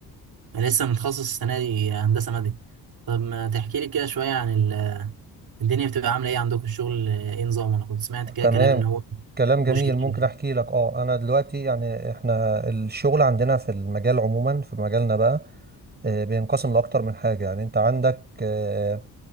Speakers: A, on the right; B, on the right.
A: انا لسه متخصص السنه دي هندسه مدني طب ما تحكي لي كده شويه عن ال... آه، الدنيا بتبقى عامله ايه عندكم الشغل آه، ايه نظامه انا كنت سمعت كده
B: تمام
A: كلام ان هو
B: كلام جميل
A: مفهوش كتير
B: ممكن احكي لك اه انا دلوقتي يعني احنا الشغل عندنا في المجال عموما في مجالنا بقى آه، بينقسم لاكتر من حاجة يعني انت عندك آه،